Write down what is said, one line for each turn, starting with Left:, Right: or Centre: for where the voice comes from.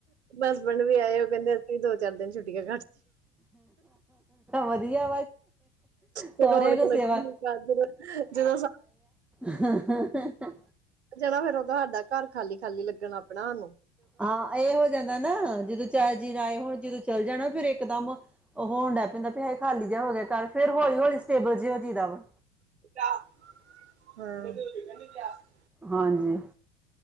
Right: ਹਸਬੈਂਡ ਵੀ ਆਏ ਉਹ ਕਹਿੰਦੇ ਅਸੀਂ ਵੀ ਦੋ ਚਾਰ ਦਿਨ ਛੁੱਟਿਆ
Centre: ਵਧੀਆ
Right: ਫਿਰ
Centre: ਸਹੁਰਿਆਂ
Right: ਰੌਣਕ
Centre: ਕੋ ਸੇਵਾ
Right: ਲੱਗੀ ਹੋਧਰ ਜਦੋਂ
Centre: ਹਾਂ
Right: ਜਾਣਾ ਫਿਰ ਉਹ ਤਾਂ ਸਾਡਾ ਘਰ ਖਾਲੀ ਖਾਲੀ ਲੱਗਣ ਆਪਣਾ ਹਨੂ
Centre: ਹਾਂ ਇਹ ਹੋ ਜਾਂਦਾ ਨਾ ਜਦੋਂ ਚਾਹ ਰਾਏ ਹੁਣ ਜਦੋਂ ਚੱਲ ਜਾਣਾ ਫਿਰ ਇੱਕਦਮ ਉਹ ਹੋਣ ਡ ਪੈਂਦਾ ਵੀੇ ਖਾਲੀ ਜਿਹਾ ਹੋ ਗਿਆ ਘਰ ਫਿਰ ਹੌਲੀ ਹੌਲੀ ਸੇਬਲ ਚ ਹੋ ਚੀਦਾ ਵਾ
Right: ਗ
Centre: ਹਾਂਜੀ